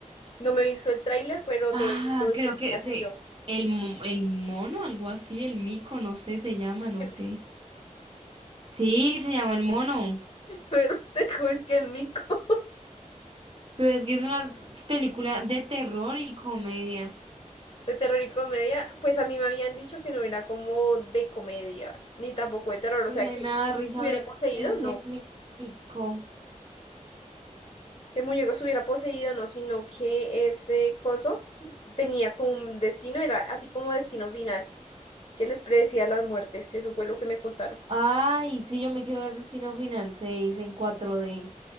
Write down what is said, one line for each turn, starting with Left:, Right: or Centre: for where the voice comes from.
Left: No me he visto el tráiler, pero
Right: ah,
Left: todo el mundo
Right: creo
Left: dice que
Right: que
Left: ya
Right: se,
Left: salió.
Right: el, mo- el mono, algo así, el mico, no sé, se llama, no
Left: <laughs>
Right: sé. Sí, se llama el mono.
Left: Pero usted es que el mico.
Right: Pero es que es una s- película de terror y comedia.
Left: De terror y comedia, pues a mí me habían dicho que no era como de comedia, ni tampoco de terror,
Right: Pues
Left: o sea,
Right: a
Left: que
Right: mí me
Left: el
Right: da
Left: muñeco
Right: risa
Left: estuviera
Right: ver
Left: poseído,
Right: ese
Left: no,
Right: mico.
Left: que el muñeco estuviera poseído, no, sino que ese coso tenía como un destino, era así como destino final, que les predecía las muertes, eso fue lo que me contaron.
Right: Ay, sí, yo me quiero ver Destino Final seis en cuatro d